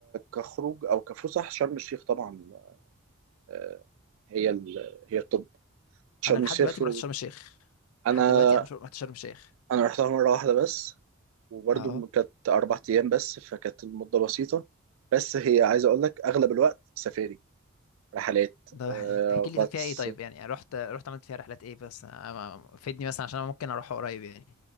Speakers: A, on the right (about 65°); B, on the left (about 75°).
A: كخروج او كفسح شرم الشيخ طبعا آه، هي ال... هي الطب شرم
B: انا لحد
A: الشيخ
B: دلوقتي ما رحتش شرم الشيخ
A: انا
B: لحد دلوقتي انا مش رحت شرم الشيخ
A: انا رحتها مره واحده بس وبرضه
B: اه
A: كانت أربع أيام بس فكانت المدة بسيطة بس هي عايز أقول لك أغلب الوقت سفاري رحلات
B: ده
A: آه،
B: احكي لي
A: غطس
B: طب فيها ايه طيب يعني رحت رحت عملت فيها رحلات ايه بس أنا- أنا- فيدني مثلا عشان انا ممكن اروح قريب يعني